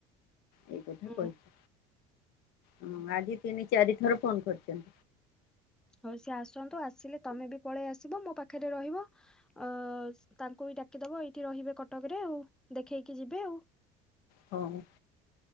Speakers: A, on the left (about 65°); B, in the centre.
A: ଏଇ କଥା
B: ଆପଣ
A: କହିଛି। ଉଁ, ଆଜି ତିନି ଚାରି ଥର ଫୋନ୍ କରି ଚନ୍
B: ହଉ ସିଏ ଆସନ୍ତୁ ଆସିଲେ ତୋମେ ବି ପଳେଇ ଆସିବ ମୋ ପାଖରେ ରହିବ। ଅ, ତାଙ୍କୁ ବି ଡାକିଦବ ଏଇଠି ରହିବେ କଟକରେ ଆଉ। ଦେଖେଇକି ଯିବେ ଆଉ।
A: ହଉ